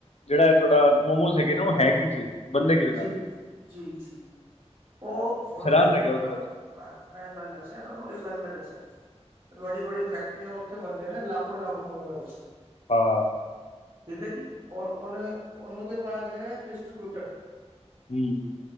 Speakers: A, on the left; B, on the right.
A: ਜਿਹੜਾ ਐ ਤੁਹਾਡਾ ਮੋਮੋਸ ਹੈਗੇ ਨਾ, ਉਹ ਹੈ ਕੀ ਚੀਜ਼। ਬੰਦੇ ਕਿਹਦੇ ਨਾਲ
B: ਜੀ, ਜੀ-ਜੀ। ਉਹ
A: ਮੈਂ
B: ਹੁੰਣਦਾ
A: ਹੈਰਾਨ ਰਹਿ ਗਿਆ ਉਹਦੀ ਗੱਲ
B: ਮੈਂ ਗੱਲ ਦੱਸਿਆ ਤੁਹਾਨੂੰ, ਇੱਕ ਗੱਲ ਮੈਂ ਦੱਸਿਆ। ਬੜੀ-ਬੜੀ ਫੈਕਟਰੀਆਂ ਉੱਥੇ ਬਣਦੇ ਨਾ, ਲਾਖੋ-ਲਾਖ ਮੋਮੋਜ਼।
A: ਹਾ
B: ਠੀਕ ਐ ਜੀ, ਔਰ ਉਹਨੇ, ਉਹਦੇ ਪਾਸ ਹੈ ਡਿਸਟਰੀਬਿਊਟਰ।
A: ਹੂੰ